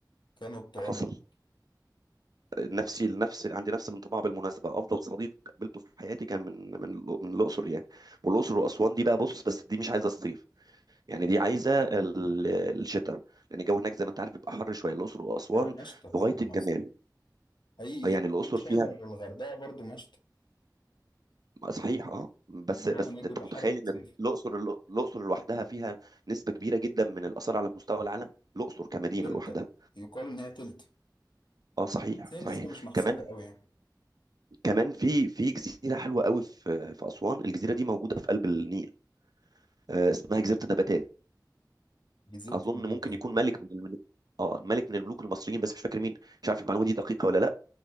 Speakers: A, on the left (about 80°); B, on the right (about 60°).
A: كانوا بتوع
B: حصل
A: الأقصر.
B: نفسي لنفس عندي نفس الانطباع بالمناسبه افضل صديق قابلته في حياتي كان من من الأ- من الاقصر يعني والاقصر واسوان دي بقى بص بس دي مش عايزه الصيف يعني دي عايزه ال- الشتاء لان الجو هناك زي ما انت عارف بيبقى حر شويه الاقصر واسوان
A: ايوه مشتى
B: في غايه
A: هم
B: الجمال
A: اصلا حقيقي
B: يعني الاقصر
A: شرم
B: فيها
A: والغردقه برضو مشتى
B: صحيح اه بس
A: الجو
B: بس
A: هناك بيبقى
B: انت
A: حر
B: متخيل
A: في
B: ان
A: الصيف
B: الاقصر الاقصر لوحدها فيها نسبه كبيره جدا من الاثار على مستوى العالم الاقصر كمدينه
A: تلتا
B: لوحدها
A: يقال ان هي تلتا
B: اه صحيح
A: بس هي النسبه
B: صحيح
A: مش محسوبه
B: كمان
A: قوي يعني
B: كمان في في جزيره حلوه قوي في في اسوان الجزيره دي موجوده في قلب النيل آه اسمها جزيره النباتات
A: جزيره
B: اظن
A: المفتات
B: ممكن يكون ملك من الملوك اه ملك من الملوك المصريين بس مش فاكر مين مش عارف المعلومه دي دقيقه ولا لا